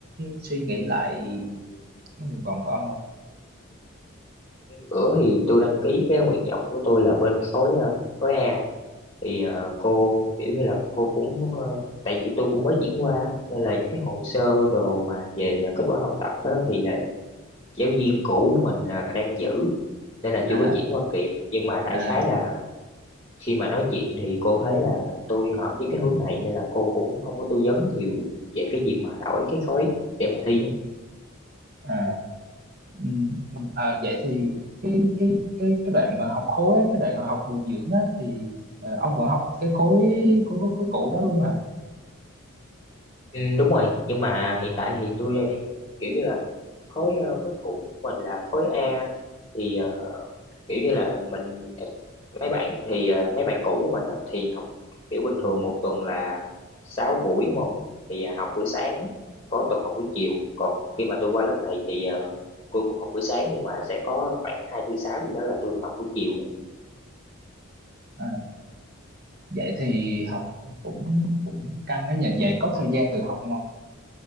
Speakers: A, on the right; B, on the left.
A: suy nghĩ lại cái nguyện vọng của ông không
B: bữa thì tôi đăng ký cái nguyện vọng của tôi là bên khối ờ, khối A thì ờ, cô kiểu như là cô cũng ờ, tại vì tôi cũng mới chuyển qua á, nên là những cái hồ sơ đồ mà về ờ, kết quả học tập á, thì là giáo viên cũ mình ờ, đang giữ nên là chưa
A: à
B: có chuyển qua kịp nhưng mà đại
A: à
B: khái là khi mà nói chuyện thì cô thấy là tôi hợp với cái hướng này nên là cô cũng không có tư vấn nhiều về cái việc mà đổi cái khối để mà thi
A: à Ừ, à, vậy thì cái cái cái cái đoạn mà học khối á, cái đoạn học bồi dưỡng á, thì ờ, ông vẫn học cái khối khối khối, khối cũ đó luôn à?
B: Ừ, đúng rồi nhưng mà hiện tại thì tôi đang kiểu như là khối ờ, khối cũ của mình là khối A thì ờ, kiểu như là mình ờ, mấy bạn thì ờ, mấy bạn cũ của mình á, thì học kiểu bình thường một tuần là 6 buổi đúng không thì ờ, học buổi sáng có tuần học buổi chiều còn khi mà tôi qua lớp này thì ờ, tôi cũng học buổi sáng nhưng mà sẽ có khoảng hai tư sáu gì đó là tôi học buổi chiều
A: à vậy thì học cũng cũng căng á nhỉ vậy có thời gian tự học không